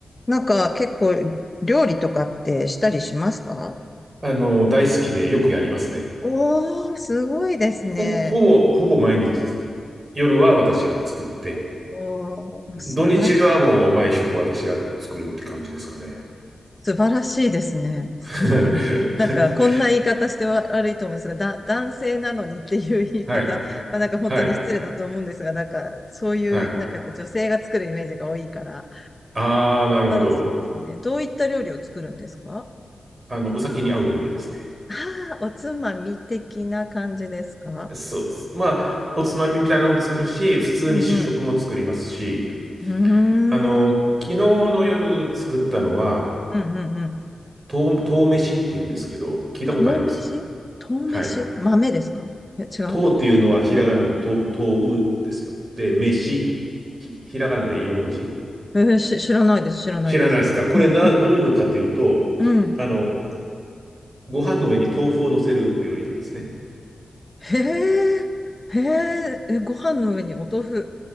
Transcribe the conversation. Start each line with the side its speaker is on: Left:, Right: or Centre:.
Left: なんか結構料理とかってしたりしますか
Right: あの、大好きでよくやりますね。
Left: おー、すごいですね。
Right: ほ、ほぼ、ほぼ毎日、夜は私が作って、
Left: おー、素晴ら、
Right: 土日はもう毎食私が作るって感じですかね。
Left: 素晴らしいですね。
Right: <laughs>
Left: 本当に。なんかこんな言い方しては悪いと思うんですが、だ、男性なのにっていう言い方、
Right: はい、
Left: まあ、なんか本当に失礼だと思うんですが、
Right: はい、
Left: なんかそういう、
Right: はい。
Left: なんかやっぱ女性が作るイメージが多いから、
Right: ああ、なるほど。
Left: 素晴らしいですね。どういった料理を作るんですか
Right: あの、お酒に合う料理ですね。
Left: ああー、おつまみ的な感じですか
Right: そうです。まあ、おつまみみたいなのも作るし、普通に主食も作りますし、
Left: うんうん。
Right: あの、
Left: うーん。
Right: 昨日の夜作ったのは、
Left: うんうんうん
Right: とう、とう飯っていうんですけど、聞いたことあります
Left: 豆飯豆飯豆ですかえ、
Right: はい。
Left: 違う。
Right: とうっていうのはひらがなのとう、とうですよ。で、飯、ひ、ひらがなで4文字。
Left: えーし、知らないです、知らないです。
Right: 知らないですかこれな、
Left: うん、う
Right: どういうのかというと、
Left: ん、うん。
Right: あの、ご飯の上に豆腐を乗せる料理なんですね。
Left: へえ、へえ、え、ご飯の上にお豆腐、